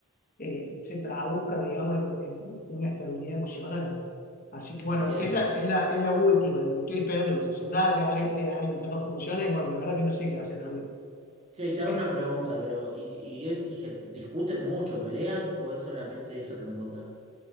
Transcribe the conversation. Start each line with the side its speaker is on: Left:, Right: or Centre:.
Left: eh, se traduzca, digamos, en, en una estabilidad emocional. Así que
Right: entiendo.
Left: bueno, esa es la, es la última, digo, estoy esperando eso. Si ya de ahí, de ahí ya no funciona, y bueno, la verdad que no sé qué hacer a mí.
Right: Sí, te hago
Left: Eh,
Right: una pregunta, pero ¿y, y- y gen- discuten mucho, pelean o es solamente eso que me contás?